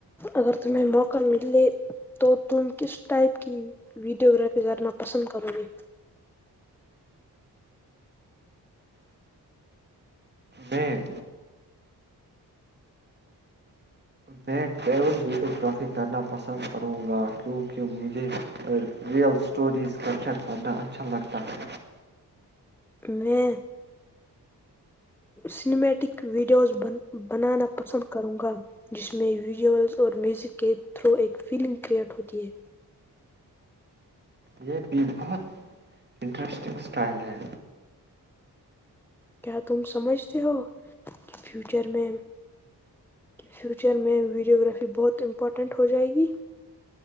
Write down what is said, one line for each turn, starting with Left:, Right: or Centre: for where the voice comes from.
Centre: اگر تمہیں موقع ملے تو تم کس ٹائپ کی ویڈیوگرافی کرنا پسند کرو گے
Right: میں میں ٹریول ویڈیوگررافی کرنا پسند کروں گا کیونکہ مجھے ریئل اسٹوریز کیپچر کرنا اچھا لگتا ہے
Centre: میں سنیمیٹک ویڈیوز بنانا پسند کروں گا جس میں ویڈیولز اور میوزک کے تھرو ایک فیلنگ کریئٹ ہوتی ہے
Right: یہ بھی بہت انٹرسٹنگ اسٹائل ہے
Centre: کیا تم سمجھتے ہو کہ فیچر میں فیوچر میں ویڈیو گرافی بہت امپورٹینٹ ہو جائے گی